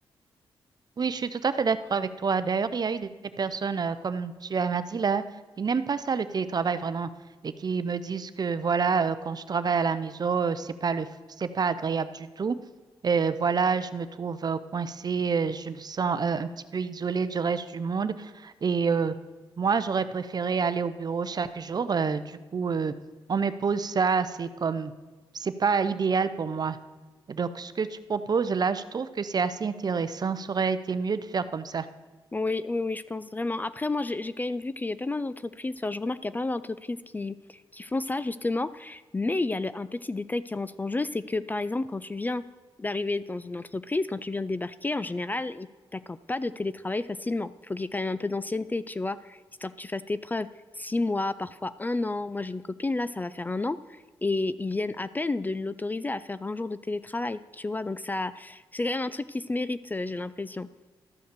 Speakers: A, on the right; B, on the left.
A: Oui, je suis tout à fait d'accord avec toi. D'ailleurs, il y a eu des des personnes, euh, comme tu as- m'as dit là, qui n'aiment pas ça, le télétravail vraiment, et qui me disent que voilà, euh, quand je travaille à la maison, euh, c'est pas le, f- c'est pas agréable du tout. Euh, voilà, je me trouve euh, coincée, euh, je me sens euh, un petit peu isolée du reste du monde. Et euh, moi, j'aurais préféré aller au bureau chaque jour. Euh, du coup, euh, on me pose ça, c'est comme, c'est pas idéal pour moi. Donc, ce que tu proposes là, je trouve que c'est assez intéressant. Ça aurait été mieux de faire comme ça.
B: Oui, oui, oui, je pense vraiment. Après, moi, j'ai j'ai quand même vu qu'il y a pas mal d'entreprises, enfin, je remarque qu'il y a pas mal d'entreprises qui, qui font ça, justement, mais il y a le- un petit détail qui rentre en jeu, c'est que, par exemple, quand tu viens d'arriver dans une entreprise, quand tu viens de débarquer, en général, ils t'accordent pas de télétravail facilement. Il faut qu'il y ait quand même un peu d'ancienneté, tu vois, histoire que tu fasses tes preuves. Six mois, parfois un an. Moi, j'ai une copine, là, ça va faire un an, et ils viennent à peine de l'autoriser à faire un jour de télétravail, tu vois, donc ça, c'est quand même un truc qui se mérite, euh, j'ai l'impression.